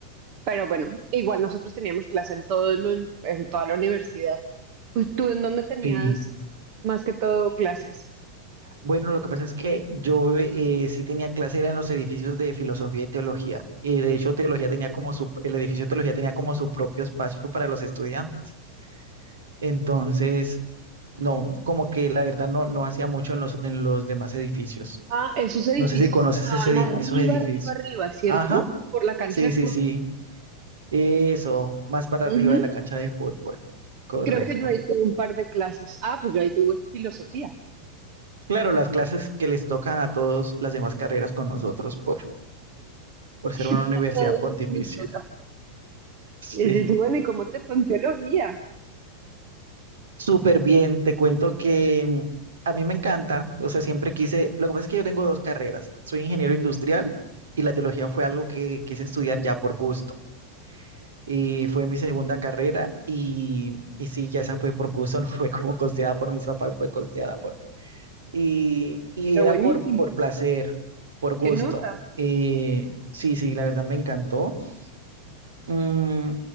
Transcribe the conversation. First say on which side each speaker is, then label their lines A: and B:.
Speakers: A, on the right (about 45°); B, on the right (about 65°).
A: Pero bueno, igual nosotros teníamos clase en todo lo- en toda la universidad. Pues, ¿Tú en dónde tenías
B: Sí.
A: más que todo clases?
B: Bueno, lo que pasa es que yo eh, sí tenía clase, era en los edificios de filosofía y teología. Y de hecho, teología tenía como su, el edificio de teología tenía como su propio espacio para los estudiantes. Entonces, no, como que la verdad no, no hacía mucho en los, en los demás edificios.
A: Ah, esos edificios
B: No sé si conoces
A: estaban
B: ese edif-
A: arriba,
B: esos edificios.
A: arriba, arriba, ¿cierto?
B: Ajá,
A: Por la cancha
B: sí,
A: de
B: sí,
A: fútbol.
B: sí. Eso, más para arriba
A: Ujú.
B: de la cancha de fútbol. Correcto.
A: Creo que yo ahí tuve un par de clases. Ah, pues yo ahí tuve filosofía.
B: Claro, las clases que les tocan a todos las demás carreras con nosotros por, por ser
A: <laughs>
B: una universidad
A: A todos
B: pontificia.
A: nos toca.
B: Sí,
A: Es decir, bueno, ¿y cómo te fue en teología?
B: súper bien. Te cuento que mm, a mí me encanta, o sea, siempre quise, lo que pasa es que yo tengo dos carreras. Soy ingeniero industrial y la teología fue algo que quise estudiar ya por gusto. Y fue mi segunda carrera y, y sí, ya esa fue por gusto, <laughs> no fue como costeada por mis papás, fue costeada por mí. Y, y
A: Pero
B: era
A: buenísimo.
B: por, por placer, por gusto.
A: ¿Qué nota?
B: Eh, sí, sí, la verdad me encantó. mm,